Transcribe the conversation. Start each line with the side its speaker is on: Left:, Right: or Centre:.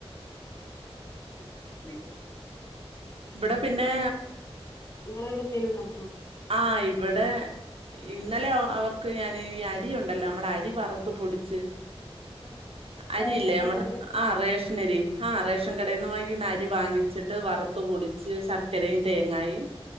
Left: <unintelligible>
Right: ഇവ്ടെ പിന്നേ
Left: ങ്ങളവ്ടെന്തേലും ണ്ടാക്കോ?
Right: ആ ഇവ്ടെ ഇന്നലെ അ അവർ ക്ക് ഞാൻ ഈ അരിയുണ്ടല്ലോ നമ്മടെ അരി വറ്ത്ത് പൊടിച്ച്
Left: ആഹ്
Right: അരിയില്ലേ
Left: തേങ്ങൊക്കെ
Right: നമ്മള്
Left: ഇട്ടാണ്ട്
Right: ആ റേഷനരി ഹാ റേഷൻ കടേന്ന് വാങ്ങിക്ക്ന്ന അ രി വാങ്ങിച്ചിട്ട് വറ്ത്ത് പൊടിച്ച് ശർക്കരയും തേങ്ങായും